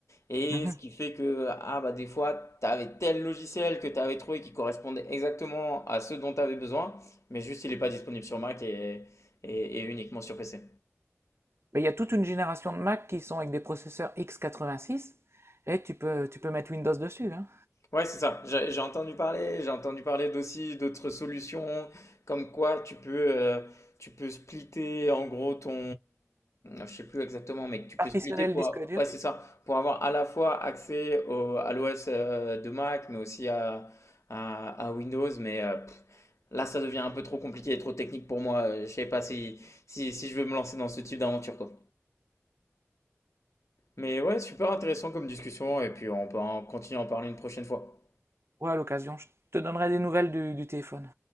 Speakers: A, on the left (about 75°); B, on the right (about 55°).
A: Et
B: Mhm.
A: ce qui fait que ah, bah, des fois, tu avais tel logiciel que tu avais trouvé qui correspondait exactement à ce dont tu avais besoin, mais juste il n'est pas disponible sur Mac et, et et uniquement sur PC.
B: Mais il y a toute une génération de Mac qui sont avec des processeurs x86 et tu peux, tu peux mettre Windows dessus. Hein.
A: Ouais, c'est ça. J'ai j'ai entendu parler, j'ai entendu parler d'aussi d'autres solutions, comme quoi tu peux, euh, tu peux splitter en gros ton, je sais plus exactement, mais que tu
B: Partitionner
A: peux splitter pour,
B: le disque
A: a-
B: dur.
A: ouais, c'est ça, pour avoir à la fois accès au- à l'OS euh, de Mac, mais aussi à, à, à Windows. Mais euh, pff, là, ça devient un peu trop compliqué et trop technique pour moi. Euh, Je sais pas si, si, si je veux me lancer dans ce type d'aventure, quoi. Mais ouais, super intéressant comme discussion, et puis on peut en continuer à en parler une prochaine fois.
B: Ouais, à l'occasion, je te donnerai des nouvelles du, du téléphone.